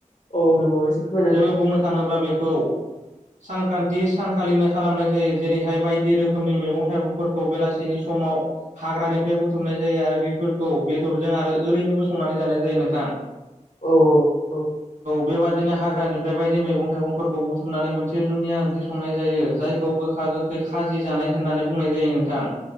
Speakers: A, on the left; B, on the right.
A: औ नंगौ एसे फोरमायना होनाय
B: जोङो बुंनो थाङोब्ला बेखौ सानख्रान्थि सानखालिनो खालामनाय जायो जेरैहाय बायदि रोखोमनि मैगं-थाइगंफोरखौ बेलासिनि सम समाव हाग्रानिफ्राय बुथुमनाय जायो आरो बेफोरखौ बेदरजों आरो ओरैनोबो संनानै जानाय जायो नोंथां
A: औ औ औ
B: बेबायदिनो हाग्रानिफ्राय बायदि मैगं-थाइगंफोरखौ बुथुमनानै मोनसे जुनिया ओंख्रि संनाय जायो जायखौ गोखा-गोखै खाजि जानाय होननानै बुंनाय जायो नोंथां